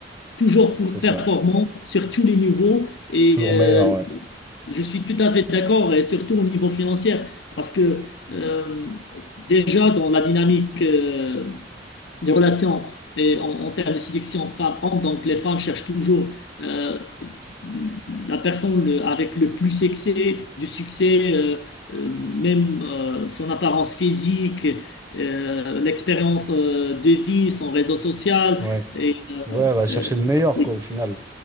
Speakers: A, on the left; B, on the right.
A: toujours
B: C'est
A: pour performant
B: ça.
A: sur tous les niveaux. Et
B: Toujours
A: euh,
B: meilleur, ouais.
A: je suis tout à fait d'accord, et surtout au niveau financier, parce que euh, déjà dans la dynamique euh, des relations et en, en termes de sélection femmes-hommes. Donc, les femmes cherchent toujours euh, la personne le- avec le plus succès, du succès, euh, euh, même euh, son apparence physique, euh, l'expérience euh, de vie, son réseau social.
B: Ouais.
A: Et,
B: Ouais, elle va chercher
A: euh,
B: le meilleur,
A: oui,
B: quoi, au final.